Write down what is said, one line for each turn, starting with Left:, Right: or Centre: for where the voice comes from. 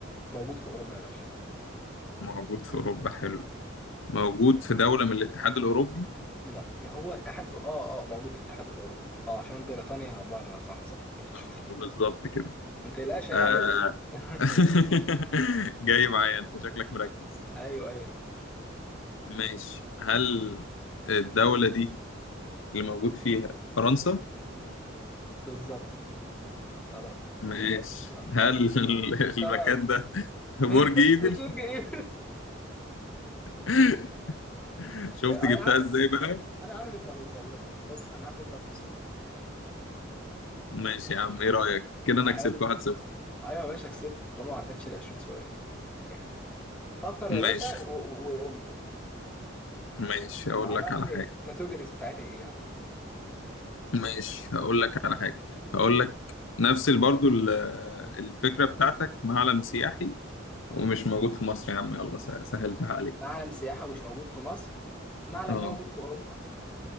Centre: موجود في اوروبا يا باشا
Left: موجود في اوروبا حلو موجود في دوله من الاتحاد الاوروبي
Centre: ما, ما هو الاتحاد اه اه موجود في الاتحاد الاوروبي اه عشان بريطانيا بره صح صح مفيش
Left: آه،
Centre: مشكله
Left: بالظبط كده
Centre: ما تقلقش عيب
Left: آه.
Centre: عليك <laughs>
Left: <laughs> جاي معايا انت شكلك مركز
Centre: ايوه ايوه
Left: ماشي هل الدولة دي اللي موجود فيها فرنسا
Centre: بالظبط خلاص
Left: ماشي
Centre: خلاص
Left: هل <laughs>
Centre: خلاص
Left: المكان ده
Centre: مش
Left: برج
Centre: بر...
Left: ايفل
Centre: مش برج ايه
Left: <laughs>
Centre: <laughs>
Left: شفت
Centre: انا
Left: جبتها
Centre: عارف
Left: ازاي بقى
Centre: انا عارف انت هتوصل لها بص انا عارف انت هتوصل لها
Left: ماشي يا عم ايه رأيك كده انا
Centre: حلو
Left: كسبت 1-0
Centre: ايوه يا باشا كسبت طالما ما عدتش ال 20 سؤال تمام فكر يا باشا
Left: ماشي
Centre: و- و- وقول لي يلا
Left: ماشي اقول
Centre: عرفني
Left: لك على حاجة
Centre: الكاتيجوريز بتاعتها ايه يعني
Left: ماشي هقول لك على حاجة هقول لك نفس ال- برضو ال- الفكرة بتاعتك معلم سياحي ومش موجود في مصر يا عم يلا س- سهلتها عليك
Centre: معلم سياحة مش موجود في مصر المعلم
Left: اه
Centre: ده موجود في اوروبا